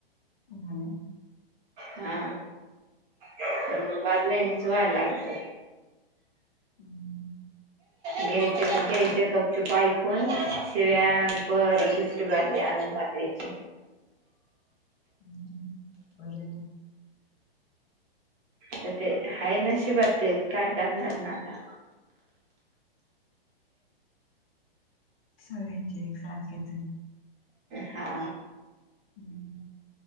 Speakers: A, on the left; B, on the right.
A: हा ना
B: हा पण म बादलायनीच वायला लागतं
A: हम
B: घ्यायच्या घ्यायच्या गपचूप ऐकून शिव्या न परत दुसरी बादली आणून व त्याची
A: ह् हम् बरं ना
B: तर ते आहे नशिबात ते काय करणार ना आता
A: सगळ्यांची एकसारखेेचे
B: हा
A: हम्म